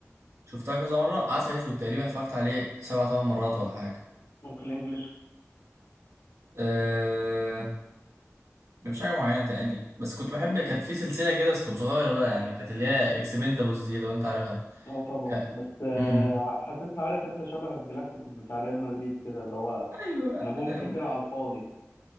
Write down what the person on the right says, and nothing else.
شفتها كذا مرة عسل أسود تقريبا اتفرجت عليه سبع تمن مرات ولا حاجة
أه... مش حاجة معينة تاني بس كنت بحب كانت في سلسلة كده بس كنت صغير بقى يعني كانت اللي هي اكسبندابلز دي لو انت عارفها
ك...
مم.
ايوه
أه...